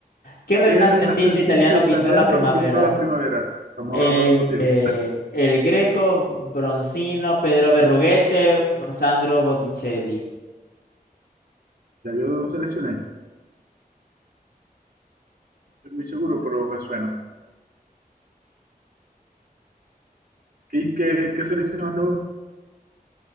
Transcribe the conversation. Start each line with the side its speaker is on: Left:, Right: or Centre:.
Left: ¿Qué renacentista
Right: ¿Qué renacentista
Left: italiano
Right: italiano
Left: pintó la primavera?
Right: pintó la primavera? Estamos
Left: Eh,
Right: hablando al mismo tiempo.
Left: el Greco, Bronzino, Pedro Berruguete, Sandro Botticelli,
Right: Ya yo lo seleccioné, estoy muy seguro, pero me suena. ¿Qué, qué, qué seleccionaste vos?